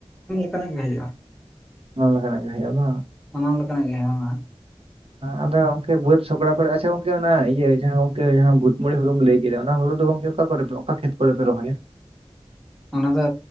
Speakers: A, in the centre; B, on the right (about 65°).
A: ᱚᱝᱠᱟ ᱱᱟᱝ ᱜᱮ ᱦᱩᱭᱩᱜᱩᱜᱼᱟ᱾
B: ᱚᱱᱟ ᱞᱮᱠᱟᱱᱟᱜ ᱜᱮ ᱦᱩᱭᱩᱜᱼᱟ ᱵᱟᱝ᱾
A: ᱥᱟᱱᱟᱢ ᱞᱮᱠᱟᱱᱟᱜ ᱜᱮ ᱦᱚᱸᱭᱚᱜᱼᱟ᱾
B: ᱟᱫᱚ ᱚᱢᱠᱮ ᱵᱟᱹᱫᱽ ᱥᱚᱠᱲᱟ ᱠᱚᱨᱮ ᱟᱪᱪᱷᱟ ᱜᱚᱢᱠᱮ ᱚᱱᱟ ᱤᱭᱟᱹ ᱡᱟᱦᱟᱸ ᱜᱚᱝᱠᱮ ᱡᱟᱦᱟᱸ ᱵᱷᱩᱛ ᱢᱩᱹᱲᱤ ᱦᱩᱲᱩᱢ ᱞᱟᱹᱭ ᱠᱮᱫᱟ ᱚᱱᱟ ᱦᱩᱲᱩ ᱫᱚ ᱜᱚᱝᱠᱮ᱾ ᱚᱠᱟ ᱠᱚᱨᱮ ᱯᱮ ᱚᱠᱟ ᱠᱷᱮᱛ ᱠᱚᱨᱮ ᱯᱮ ᱨᱚᱦᱚᱭᱟ᱾
A: ᱚᱱᱟ ᱫᱚ